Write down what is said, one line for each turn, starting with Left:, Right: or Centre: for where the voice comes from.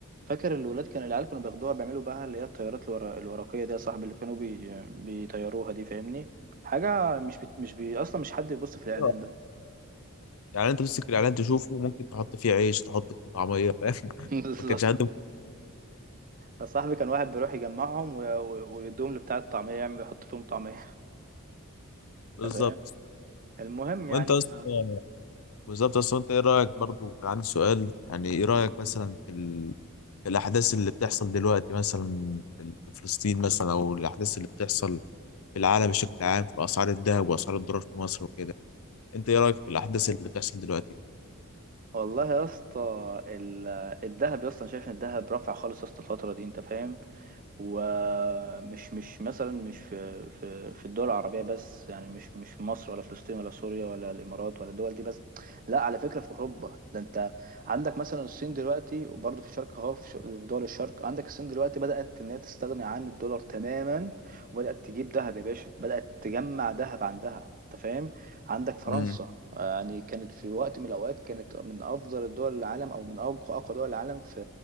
Right: فاكر الولاد كان العيال كانوا بياخدوها بيعملوا بقى اللي هي الطيارات الورق الورقيه دي يا صاحبي اللي كانوا بي... بيطيروها دي فاهمني حاجه مش بت... مش بي... اصلا مش حد يبص في الاعلان
Left: واقف.
Right: ده
Left: يعني انت تمسك الاعلان تشوفه ممكن تحط فيه عيش تحط فيه طعميه فاهم <laughs>
Right: <laughs> بالظبط
Left: ما كانش حد
Right: يا صاحبي كان واحد بيروح يجمعهم و... و... ويدوهم لبتاع الطعميه يعمل يحط فيهم طعميه <laughs>
Left: بالظبط
Right: أنت فاهم المهم يعني
Left: وانت اصلا
Right: ف...
Left: بالظبط اصل انت ايه رايك برضو كان عندي سؤال يعني ايه رايك مثلا في, ال... في الاحداث اللي بتحصل دلوقتي مثلا في في فلسطين مثلا او الاحداث اللي بتحصل في العالم بشكل عام في اسعار الذهب واسعار الدولار في مصر وكده انت ايه رايك في الاحداث اللي بتحصل دلوقتي
Right: والله يا اسطى ال- الذهب يا اسطى انا شايف ان الذهب رافع خالص يا اسطى الفتره دي انت فاهم ومش مش مثلا مش في في في الدول العربيه بس يعني مش مش في مصر ولا فلسطين ولا سوريا ولا الامارات ولا الدول دي بس لا على فكره في اوروبا ده انت عندك مثلا الصين دلوقتي وبرضه في الشرق اهو في ش- في دول الشرق عندك الصين دلوقتي بدات ان هي تستغني عن الدولار تماما وبدات تجيب ذهب يا باشا بدات تجمع ذهب عندها انت فاهم عندك فرنسا
Left: امم
Right: آه، يعني كانت في وقت من الأوقات كانت من أفضل الدول العالم أو من أقوى أقوى دول العالم في